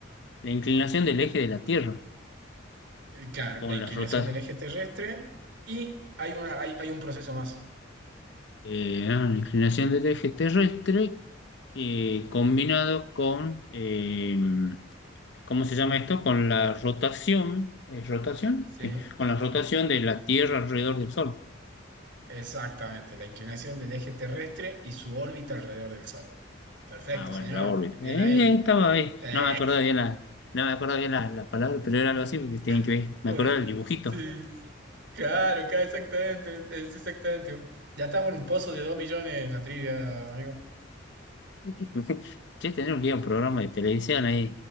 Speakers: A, on the left; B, on the right.
A: la inclinación del eje de la Tierra,
B: el- claro,
A: con
B: la inclinación
A: las rotas,
B: del eje terrestre y hay una, hay, hay un proceso más.
A: eh, ah, la inclinación del eje terrestre eh, combinado con, eh, ¿cómo se llama esto? Con la rotación, ¿es rotación?
B: Sí,
A: Sí, con la rotación de la Tierra alrededor del Sol.
B: exactamente, la inclinación del eje terrestre y su órbita alrededor del Sol. Perfecto,
A: Ah, bueno,
B: señor.
A: la órbita.
B: Bien
A: Eh,
B: ahí.
A: estaba bien,
B: Eh,
A: no me acordaba bien la, no me acordaba bien la, la palabra, pero era algo así porque tienen que
B: <laughs>
A: ver, me
B: bueno,
A: acordaba del dibujito.
B: sí, claro, claro, exactamente, es es exactamente. Ya estamos en un pozo de 2 millones en la trivia, amigo.
A: <laughs> Che, tenemos que ir a un programa de televisión ahí